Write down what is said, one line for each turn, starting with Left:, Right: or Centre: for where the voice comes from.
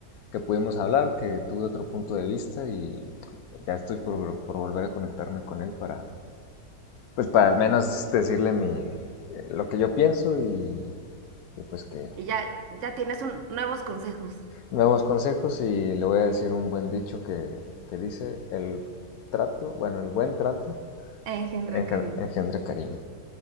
Left: que pudimos hablar, que tuve otro punto de vista y ya estoy por, por volver a conectarme con él para, pues para al menos decirle mi, lo que yo pienso y, y pues que,
Right: Y ya, ya tienes un- nuevos consejos.
Left: Nuevos consejos y le voy a decir un buen dicho que, que dice el trato, bueno, el buen trato
Right: Engendra
Left: engen-
Right: cariño.
Left: engendra cariño.